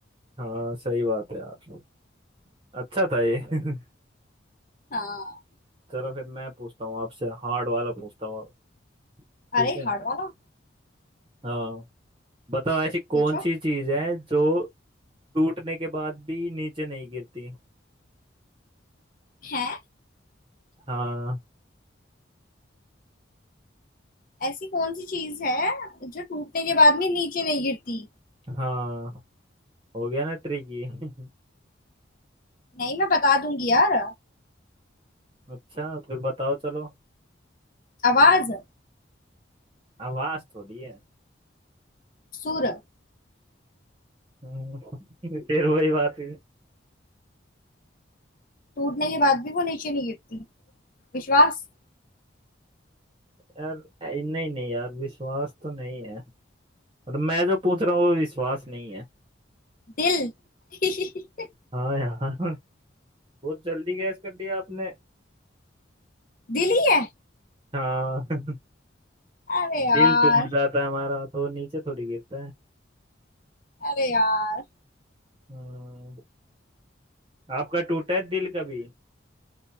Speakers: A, on the right (about 25°); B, on the left (about 45°).
A: हाँ सही बात है यार अच्छा था ये <laughs>
B: हाँ
A: चलो फिर मैं पूछता हूँ आपसे हार्ड वाला पूछता हूँ अब, ठीक
B: अरे
A: है
B: हार्ड वाला
A: हाँ बताओ ऐसी कौन
B: पूछो
A: सी चीज है जो टूटने के बाद भी नीचे नहीं गिरती
B: है
A: हाँ
B: ऐसी कौन सी चीज है जो टूटने के बाद भी नीचे नहीं गिरती
A: हाँ हो गया ना ट्रिकी <laughs>
B: नहीं मैं बता दूंगी यार
A: अच्छा फिर बताओ चलो
B: आवाज
A: आवाज थोड़ी है
B: सुर
A: हम्म, <laughs> फिर वही बात है
B: टूटने के बाद भी वो नीचे नहीं गिरती विश्वास
A: यार ऐ- नहीं नहीं यार विश्वास तो नहीं है और मैं जो पूछ रहा हूँ वो विश्वास नहीं है
B: दिल <laughs>
A: हाँ यार <laughs> बहुत जल्दी गैस कर दिया आपने
B: दिल ही है
A: हाँ <laughs>
B: अरे यार
A: दिल टूट जाता है हमारा तो नीचे थोड़ी गिरता है
B: अरे यार
A: हम्म, आपका टूटा है दिल कभी